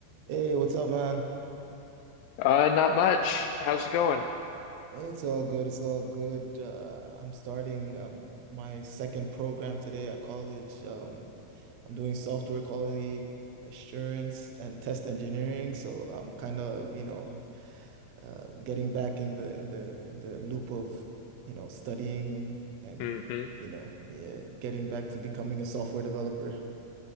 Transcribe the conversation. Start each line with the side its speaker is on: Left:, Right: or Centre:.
Right: Hey, what's up, man?
Left: Uh, not much. How's it going?
Right: It's all good. It's all good. Uh, I'm starting um, my second program today at college. Um, I'm doing software quality assurance and test engineering. So I'm kind of, you know, uh, getting back in the in the in the loop of, you know, studying and,
Left: hmm
Right: you know, yeah, getting back to becoming a software developer.